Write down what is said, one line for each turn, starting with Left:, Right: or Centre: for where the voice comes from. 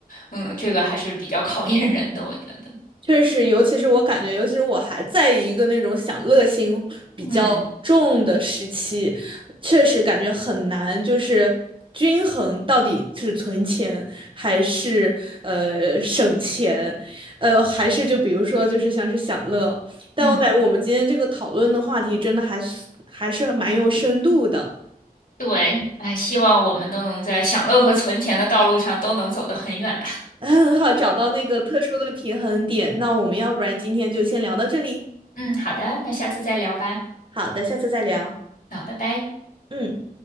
Left: 嗯，这个还是比较考验人的，我觉得。
Right: 确实，尤其是我感觉，尤其是我还在一个那种享乐心比较重的时期，
Left: 嗯
Right: 确实感觉很难，就是均衡到底是存钱还是呃省钱，呃还是就比如说就是像是享乐，但我感觉我们今天这个讨论的话题真的还是还是蛮有深度的，
Left: 嗯，对，哎，希望我们都能在享乐和存钱的道路上都能走得很远吧。
Right: <laughs> 很好，找到那个特殊的平衡点。那我们要不然今天就先聊到这里，
Left: 嗯，好的，那下次再聊吧。
Right: 好的，下次再聊，
Left: 好，拜拜。
Right: 嗯。